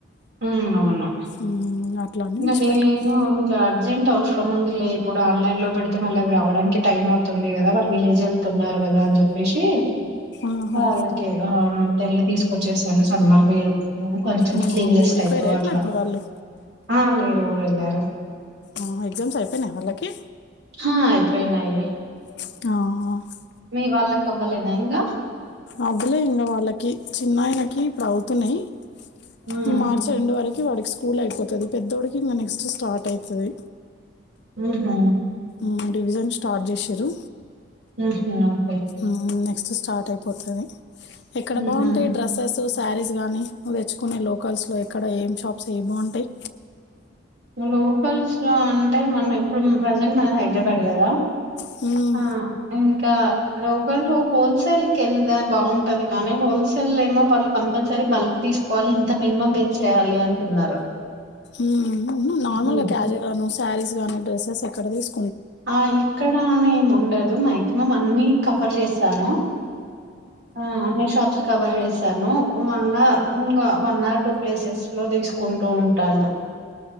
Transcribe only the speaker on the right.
ఉం అవును
ఇంగ
నేను
ఇంక అర్జెంట్ అవసరం ఉంది ఇ ఇప్పుడు ఆన్లైన్ లో పెడితే మళ్ళీ అవి రావడానికి టైం అవుతుంది కదా వాళ్ళు విలేజ్ వెళ్తున్నారు కదా అని చెప్పేసి
అల్లకే హమ్ వెళ్లి తీసుకొచ్చేసాను సమ్మర్ వేరు నువ్వు కొంచెం
స్లీవ్లెస్
టైప్
అట్లా
అ లే ఊరు ఎల్లారు
ఆ అయిపోయినాయి
మీ వాళ్ళకు అవ్వలేద ఇంకా
ఉమ్
ఉహు
ఉ హ్మ్
ఉహు
లోకల్స్ లో అంటే మనం ఇప్పుడు ప్రజెంట్ మన హైదరాబాడ్ కదా
ఆ ఇంకా లోకల్ హోల్సేల్ కెళదా బాగుంటది కానీ హోల్సేల్ ఏమో వాళ్ళు కంపల్సరీ బల్క్ తీసుకోవాలి ఇంత మినిమం బిల్ చేయ్యాలి అంటున్నారు
ఉమ్
ఆ ఇక్కడ అనేం ఉండదు మాక్సిమం అన్ని కవర్ చేస్తాను ఆ అన్ని షాప్స్ కవర్ చేశాను వన్ ఆర్ ఇంకా వన్ ఆర్ టూ ప్లేసెస్ లో తీసుకుంటూ ఉంటాను